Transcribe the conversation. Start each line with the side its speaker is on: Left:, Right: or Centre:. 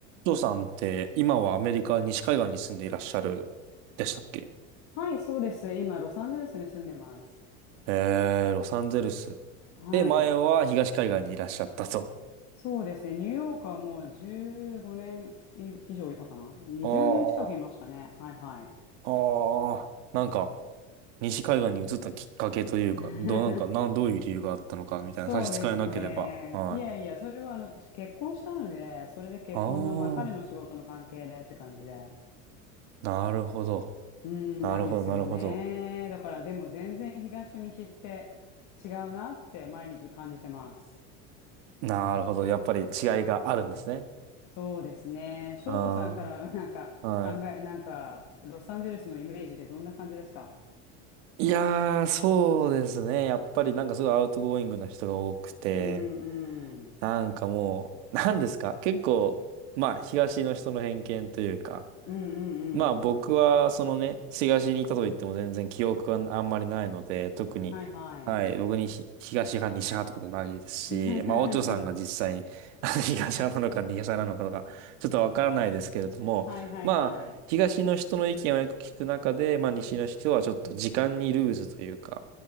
Right: ジョーさんって今はアメリカ西海岸に住んでいらっしゃるでしたっけ
Left: はい、そうです。今、ロサンゼルスに住んでます。
Right: えー、ロサンゼルス。
Left: はい。
Right: で、前は東海岸にいらっしゃったと。
Left: そうですね。ニューヨークはもう15年い以上いたかな。20年近くいましたね。
Right: あ
Left: はいはい。
Right: あ、ああ、なんか西海岸に移ったきっかけというか、
Left: <laughs>
Right: どう、なんか、なん、どういう理由があったのかみたいな差し支えなければ。
Left: そうですね。
Right: はい。
Left: いやいや、それはあの、私結婚したので、それで結婚の、
Right: ああ、
Left: まあ彼の仕事の関係でって感じで。
Right: なるほど。
Left: うん、
Right: なるほど、
Left: なんですよね。
Right: なるほど。
Left: だからでも全然東と西って違うなって毎日感じてます。
Right: なるほど。やっぱり違いがあるんですね。
Left: そうですね。翔太さんから
Right: あ
Left: <laughs> なんか考え、
Right: あ、はい。
Left: なんか、ロサンゼルスのイメージでどんな感じですか
Right: いやー、そうですね。やっぱりなんかすごいアウトゴーイングな人が多くて、
Left: うんうん。
Right: なんかもう、<laughs> なんですか結構、まあ、東の人の偏見というか、
Left: うんうん
Right: まあ僕は、そのね、東にいたと言っても全然記憶があんまりないので、特に、
Left: うん。はいはい。
Right: はい、僕にひ東派、西派とかでもないですし、
Left: <laughs>
Right: まあ、お嬢さんが実際に <laughs> 東派なのか西派なのかとか、ちょっとわからないですけれども、
Left: はいはいはい。
Right: まあ、東の人の意見をよく聞く中で、まあ、西の人はちょっと時間にルーズというか、